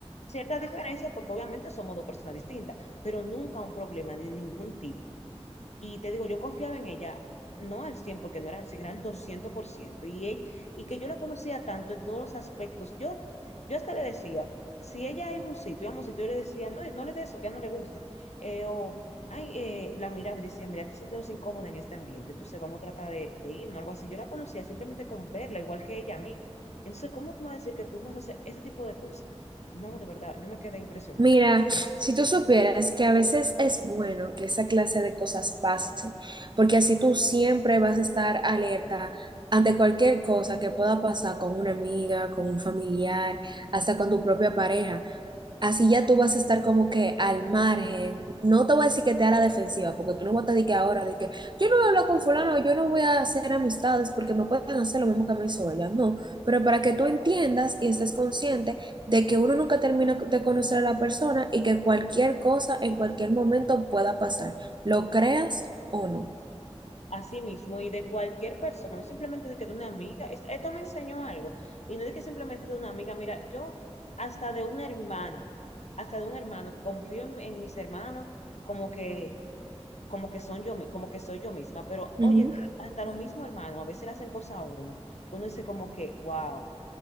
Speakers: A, on the left (about 85°); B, on the right (about 45°).
A: Cierta diferencia porque obviamente somos dos personas distintas, pero nunca un problema de ningún tipo. Y te digo, yo confiaba en ella, no al 100 porque no era al cien era al doscientos por ciento Y, ella, y que yo la conocía tanto en todos los aspectos. Yo, yo hasta le decía, si ella iba a un sitio, íbamos a un sitio, yo le decía, no, no le des eso, que a ella no le gusta. Eh, o, ay, eh, la miraba y decía, mira, te sientes incómoda en este ambiente, entonces vamos a tratar de, de irnos, algo así. Yo la conocía simplemente con verla, igual que ella a mí. Entonces, ¿cómo tú me vas a decir que tú vas a hacer ese tipo de cosas? No, de verdad, yo me quedé impresionada.
B: Mira, si tú supieras que a veces es bueno que esa clase de cosas pasen, porque así tú siempre vas a estar alerta ante cualquier cosa que pueda pasar con una amiga, con un familiar, hasta con tu propia pareja. Así ya tú vas a estar como que al margen. No te voy a decir que te a la defensiva, porque tú no vas a estar de que ahora, de que yo no voy a hablar con fulano, yo no voy a hacer amistades porque me pueden hacer lo mismo que me hizo ella. No, pero para que tú entiendas y estés consciente de que uno nunca termina de conocer a la persona y que cualquier cosa en cualquier momento pueda pasar, lo creas o no.
A: así mismo y de cualquier persona, no simplemente de que de una amiga, es- esto me enseñó algo, y no de que simplemente de una amiga, mira, yo hasta de un hermano, hasta de un hermano, que confío en, en mis hermanos como que, como que son yo, mi- como que soy yo misma, pero
B: Ujú.
A: oye, ni- hasta los mismos hermanos a veces le hacen cosas a uno, que uno dice como que, wow,